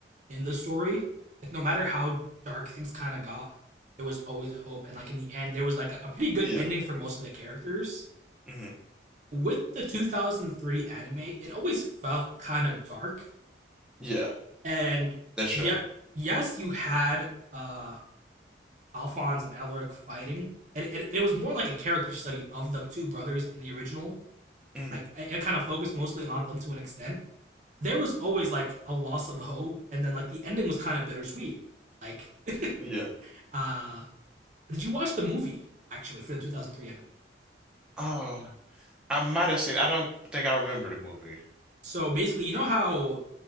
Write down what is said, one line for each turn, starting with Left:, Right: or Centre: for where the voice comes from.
Right: in the story. Like no matter how dark things kind of got, there was always hope. And like in the end, there was like a, a pretty good
Centre: Yeah.
Right: ending for most of the characters.
Centre: hmm
Right: With the 2003 anime, it always felt kind of dark.
Centre: Yeah.
Right: And
Centre: That's true.
Right: yeah, yes, you had uh Alphonse and Alaric fighting, and, and, it was more like a character study of the two brothers in the original.
Centre: hmm
Right: Like it, it kind of focused mostly on them to an extent there was always like a loss of hope, and then like the ending was kind of bittersweet. Like, <laughs>
Centre: Yeah.
Right: uh, did you watch the movie actually for the 2003 anime?
Centre: Oh, I might have seen. I don't think I remember the movie.
Right: So basically, you know how